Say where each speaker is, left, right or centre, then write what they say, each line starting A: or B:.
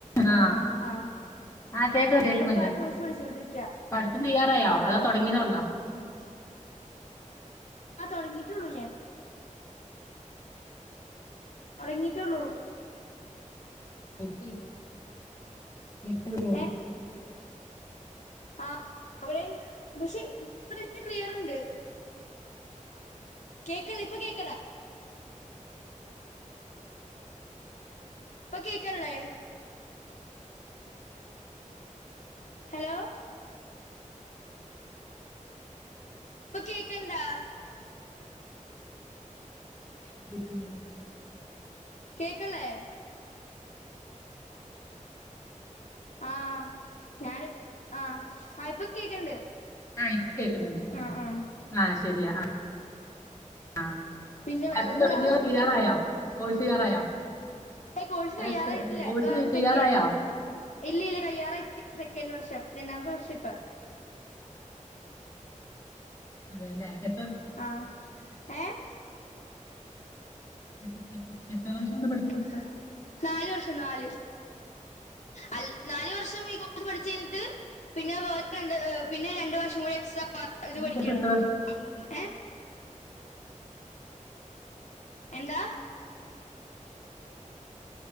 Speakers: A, on the left; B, on the left.
A: ആ
B: ആഹ് ആഹ് ആഹ്
A: ആ കേക്ക്
B: ആഹ്
A: കേൾക്കുന്നുണ്ട്
B: ഞാനിപ്പെ ആ കോഴ്സ് പഠിച്ചോണ്ടിരിക്ക.
A: പഠിത്തം തയ്യാറായോ അതോ
B: ആഹ്
A: തുടങ്ങിയതേ ഉള്ളോ
B: ആഹ് തൊടങ്ങിട്ടൊള്ളൂ ഞാൻ. തൊടങ്ങീട്ടൊള്ളൂ
A: <unintelligible>
B: ഏഹ് ആഹ് അവിടെയും പക്ഷെ ഇപ്പവിടെ ക്ലിയറ്ണ്ട്. കേക്കള്ളെ ഇപ്പ കേക്കള്ളെ? ഇപ്പ കേക്കള്ളേ? ഹലോ ഇപ്പ കേക്കണ്ടാ?
A: റേഞ്ച് കിട്ടുന്നില്ല
B: കേക്കള്ളെ? ആഹ് ഞാന് ആഹ് ആഹ് ഇപ്പ കേക്കണ്ട്.
A: ആഹ് ഇപ്പ കേക്ക്ന്ന്ണ്ട്.
B: ആഹ് ആഹ്
A: ആഹ് ശരിയാ ആഹ് ആഹ്
B: പിന്നെ വേറെന്താ
A: ആദ്യം തൊടങ്ങിയോ അതോ തീരാറായോ കോഴ്സ് തീരാറായോ?
B: കോഴ്സ്
A: അല്ല
B: കഴിയാറായിട്ടില്ല
A: സ്‌കൂ കോഴ്സ്
B: ഇപ്പൊ
A: തീരാറായാ?
B: സെക്കൻഡ് ഇല്ല ഇല്ല കഴിയാറായിട്ടില്ല. സെക്കൻഡ് വർഷം രണ്ടാമത്തെ വർഷാ ഇപ്പെ.
A: അതേല്ലെ എ
B: ആഹ് ഏഹ്?
A: എത്ര എത്ര- വർഷമുണ്ട്
B: എത്ര വർഷൊണ്ട് പഠിത്തം? നാല് വർഷം നാല്. അൽ നാല് വർഷം ഈ കോഴ്സ് പഠിച്ചു കഴിഞ്ഞിട്ട് പിന്നെ വേറെ രണ്ട് പിന്നെ രണ്ട് വർഷം കൂടി എക്സ്ട്രാ ഇത്
A: ഈ
B: പഠിക്കണം.
A: കോഴ്സ് എത്ര വർഷം
B: ഏ എന്താ.